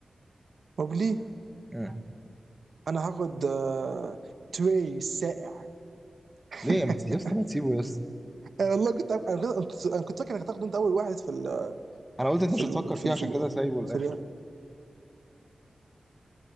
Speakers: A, on the right; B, in the centre.
A: موبلي
B: مم.
A: انا هاخد آه، تري السائع <laughs>
B: ليه يا ما تس- يا اسطى ما تسيبه يا اسطى
A: والله كنت عارف- أنا كنت أنا كنت فاكر انك هتاخده انت اول واحد في ال
B: انا قلت انت
A: في
B: مش
A: ال
B: هتفكر
A: في
B: فيه
A: ال
B: عشان
A: في, ال
B: كده سايبه للاخر
A: في ال